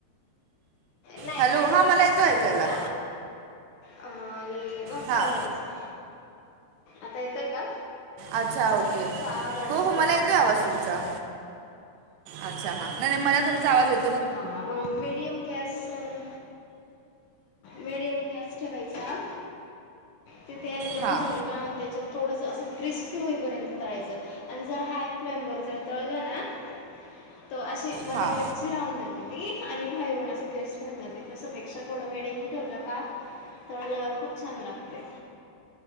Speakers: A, on the left; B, on the right.
A: नाही
B: हॅलो
A: मीडियम
B: हां मला
A: गॅस
B: येतो
A: ठेवायचा
B: ऐकायला
A: अ आणि मग
B: हां
A: तळायचं आता येतोय का
B: अच्छा ओके
A: तुमचा आवाज अटकत
B: हो-हो
A: होता
B: मला
A: ॲक्च्युली
B: येतोय आवाज तुमचा अच्छा हा नाही-नाही मला तुमचा आवाज येत
A: हा मिडीयम गॅस बर मिडीयम गॅस ठेवायचा ते तेल गरम
B: हां
A: झालं का मग त्याच्यात थोडस अस क्रिस्पी होईपर्यंत तळायच आणि जर हाय फ्लेमवर जर तळल ना तर अशे मध्ये
B: हां
A: कच्चे कच्चे राउन जाते ती आणि बाहेरून असं क्रिस्पी होऊन जाते तस पेक्षा थोड मिडीयम ठेवला का तळल्यावर खूप छान लागते